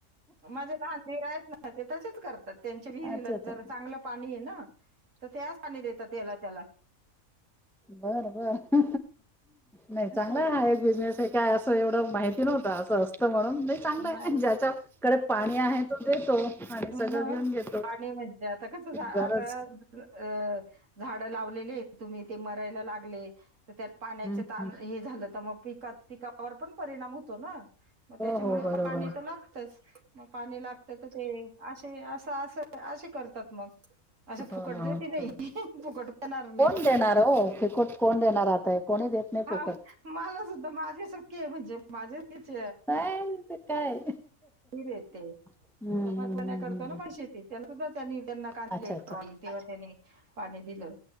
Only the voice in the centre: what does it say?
अच्छा अच्छा.
बरं बर नाही
चांगला आहे हा एक बिझनेस आहे काय असं एवढं माहिती नव्हतं असं असतं म्हणून नाही चांगलं आहे
ज्याच्याकडे पाणी आहे तो देतो आणि सगळं
घेऊन घेतो
गरज
हम्म
हम्म.
हो हो बरोबर
हो
कोण देणार हो फुकट कोण देणार आता कोणी देत नाही
फुकट
नाही ते काय
हम्म
अच्छा